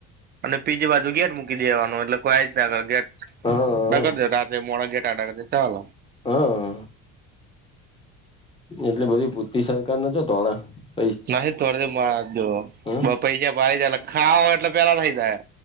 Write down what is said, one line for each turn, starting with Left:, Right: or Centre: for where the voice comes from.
Right: અને બીજી બાજુ ગેટ મૂકી દેવાનું એટલે કોઈ જ ના કર ગેટ
Left: હા
Right: નગર રાતે મોડા ગેટ <inaudible> ચાલ
Left: હા એટલે બધી પુતી સરકાર ના છો હવે
Right: નથી થોડ મા દો
Left: હમ
Right: બ પૈસા ભરી જલા ખાવ એટલે પેલા થઈ જાય,